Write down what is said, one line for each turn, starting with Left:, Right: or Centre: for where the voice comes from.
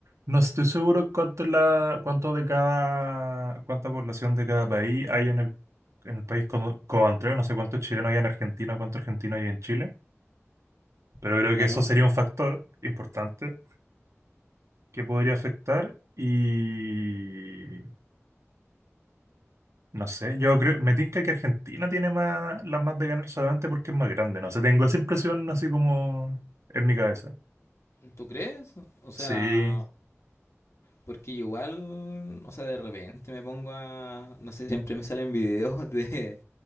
Right: No estoy seguro cuánto, es la, cuánto de cada, cuánta población de cada país hay en el, en el país co- coantrero, no sé cuántos chilenos hay en Argentina, cuántos argentinos hay en Chile, pero creo
Left: claro.
Right: que eso sería un factor importante que podría afectar y... No sé, yo creo, me tinca que Argentina tiene más, las más de ganar solamente porque es más grande, no sé, tengo esa impresión así como en mi cabeza.
Left: ¿Tú crees? O sea,
Right: Sí.
Left: Porque igual, o sea, de repente me pongo a, no sé, siempre me salen videos <laughs> de